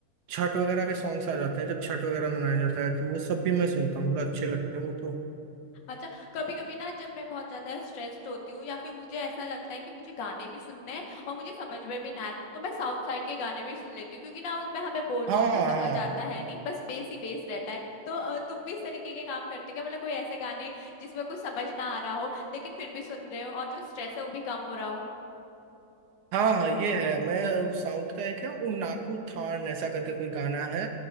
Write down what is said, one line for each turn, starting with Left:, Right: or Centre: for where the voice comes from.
Right: छठ वगैरह के सॉन्ग्स आ जाते हैं जब छठ वगैरह मनाया जाता है तो वो सब भी मैं सुनता हूँ मतलब अच्छे लगते हैं वो तो
Left: अच्छा कभी कभी ना जब मैं बहुत ज्यादा स्ट्रेस्ड होती हूँ या फिर मुझे ऐसा लगता है कि मुझे गाने भी सुनने हैं और मुझे समझ में भी ना आए तो मैं साउथ साइड के गाने भी सुन लेती हूँ क्योंकि ना उनमें हमें बोल बोल
Right: हाँ
Left: कुछ समझ
Right: हाँ
Left: आता है नहीं बस बेस ही बेस रहता है तो अ, तुम भी इस तरीके के काम करते हो क्या मतलब कोई ऐसे गाने जिसमें कुछ समझ ना आ रहा हो लेकिन फिर भी सुन रहे हो और जो स्ट्रेस है वो भी कम हो रहा हो
Right: हाँ हाँ ये है मैं साउथ का एक है उन्नाकू थान ऐसा करके कोई गाना है